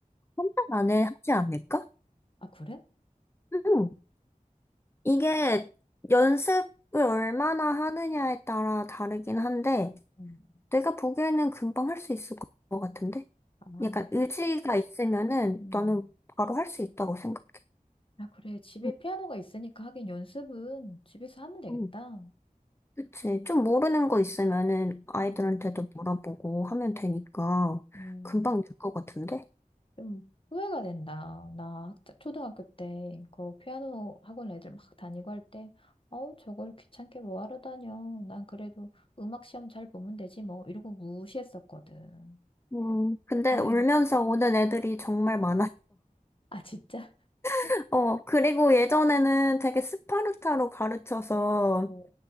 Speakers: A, on the left; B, on the left.
A: 혼자 안에 하지 않을까?
B: 아, 그래?
A: 음. 이게 연습을 얼마나 하느냐에 따라 다르긴 한데,
B: 음.
A: 내가 보기에는 금방 할 수 있을 것 같은데?
B: 아,
A: 약간 의지가 있으면은
B: 음.
A: 나는 바로 할 수 있다고 생각해.
B: 아, 그래. 집에
A: 음,
B: 피아노가 있으니까 하긴 연습은 집에서 하면 되겠다.
A: 음. 그치. 좀 모르는 거 있으면은 아이들한테도
B: 음,
A: 물어보고 하면 되니까
B: 음.
A: 금방 될 것 같은데?
B: 좀 후회가 된다. 나 학- 초등학교 때 그 피아노 학원 애들 막 다니고 할 때, 어우, 저걸 귀찮게 뭐 하러 다녀. 난 그래도 음악 시험 잘 보면 되지 뭐. 이러고 무시했었거든.
A: 음, 근데
B: 아유,
A: 울면서 오는 애들이 정말 많아.
B: 아, 진짜? <laughs>
A: <laughs> 어, 그리고 예전에는 되게 스파르타로 가르쳐서
B: 어.